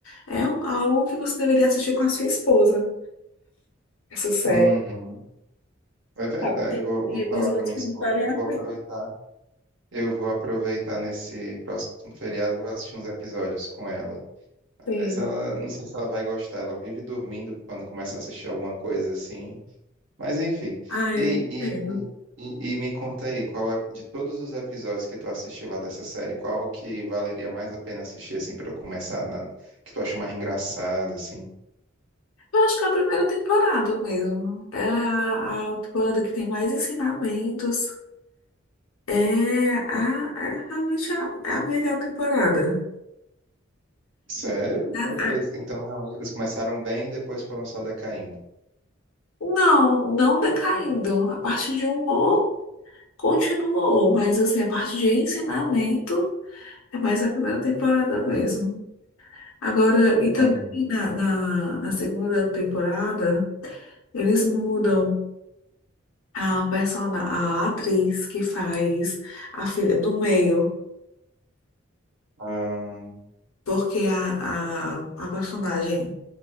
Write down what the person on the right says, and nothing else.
Uhum. É verdade,
eu vou,
vou
falar com a minha
esposa.
Eu
vou aproveitar.
Eu vou aproveitar nesse próximo feriado e vou assistir uns episódios com ela.
Mas ela, não sei se ela vai gostar. Ela vive dormindo quando começa a assistir alguma coisa assim. Mas enfim.
Ei, E,
e, e, e me conta aí, qual é, de todos os episódios que tu assistiu lá dessa série, qual que valeria mais a pena assistir, assim, pra eu começar, na- que tu acha mais engraçado, assim?
Sério?
Poxa,
eles- então realmente eles começaram bem e depois foram só decaindo.
Uhum.
Ah,